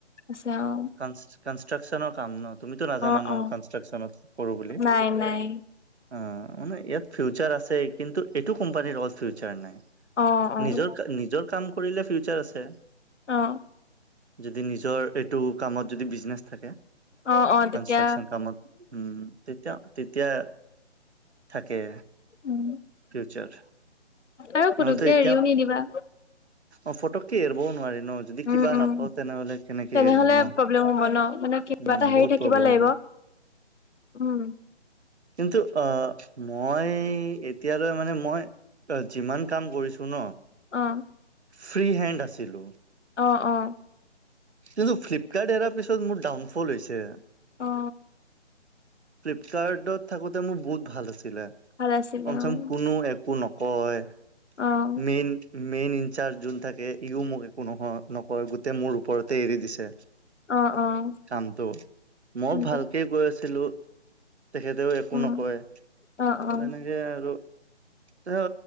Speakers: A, on the left; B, on the right.
A: আছেও।
B: কানচ কানষ্ট্ৰাকশ্যনৰ কাম ন তুমিতো নাজানানো
A: অ অ
B: কানষ্ট্ৰাকশ্যনত কৰোঁ বুলি।
A: নাই নাই
B: অ মানে ইয়াত ফিউচাৰ আছে কিন্তু এইটো কোম্পানীৰ লগত ফিউচাৰ নাই।
A: অ অ
B: নিজৰ কা নিজৰ কাম কৰিলে ফিউচাৰ আছে।
A: অ
B: যদি নিজৰ এইটো কামত যদি বিজনেছ থাকে।
A: অ অ তেতিয়া
B: কানষ্ট্ৰকচন কামত উম তেতিয়া তেতিয়া থাকে।
A: উম।
B: ফিউচাৰ।
A: আৰু
B: নহ'লেতো
A: পুতোকে
B: এতিয়া
A: এৰিও নিদিবা।
B: অ ফটকে এৰব নোৱাৰি ন? যদি
A: উম,
B: কিবা
A: উম,
B: নাপাওঁ তেনেহলে কেনেকে
A: তেনেহলে
B: এৰিম ন?
A: প্ৰব্লেম হ'ব ন মানে কিবা
B: উম
A: এটা হেৰি
B: বহুত
A: থাকিব
B: প্ৰব্লেম
A: লাগিব।
B: হব।
A: উম।
B: কিন্তু আ মই এতিয়ালৈ মানে মই যিমান কাম কৰিছোঁ ন
A: অ।
B: ফ্ৰী হেণ্ড আছিলো।
A: অ অ।
B: কিন্তু ফ্লিপকাৰ্ট এৰাৰ পিছত মোৰ ডাউনফল হৈছে।
A: অঁ।
B: ফ্লিপকাৰ্টত থাকোতে মোৰ বহুত ভাল আছিলে,
A: ভাল আছিলে
B: কম
A: অ',
B: চেকম কোনো একো নকয়।
A: অ।
B: মেইন মেইন ইনচাৰ্জ যোন থাকে ইও মোক একো নহয় নকয়, গোটেই মোৰ ওপৰতে এৰি দিছে।
A: অ', অ',
B: কামটো, মই
A: কিন্তু
B: ভালকে কৈ আছিলো তেখেতেও একো
A: উম,
B: নকয়,
A: অ', অ',
B: তেনেকে আৰু তেহ